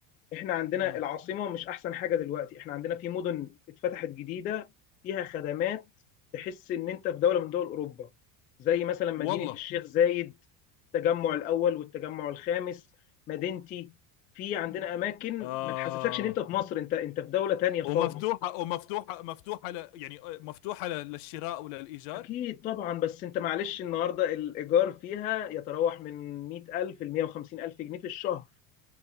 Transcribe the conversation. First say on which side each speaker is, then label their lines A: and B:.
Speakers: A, on the left; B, on the left.
A: احنا عندنا
B: امم
A: العاصمه مش احسن حاجه دلوقتي احنا عندنا في مدن اتفتحت جديده فيها خدمات تحس ان انت في دوله من دول اوروبا زي مثلا مدينه
B: والله
A: الشيخ زايد التجمع الاول والتجمع الخامس مدينتي في عندنا اماكن
B: آه
A: ما تحسسكش ان انت في مصر انت انت في دوله تانية خالص
B: ومفتوحة ومفتوحة مفتوحة ل يعني آه، مفتوحة ل- للشراء وللإيجار
A: أكيد طبعا بس أنت معلش النهاردة الإيجار فيها يتراوح من 100000 ل 150000 جنيه في الشهر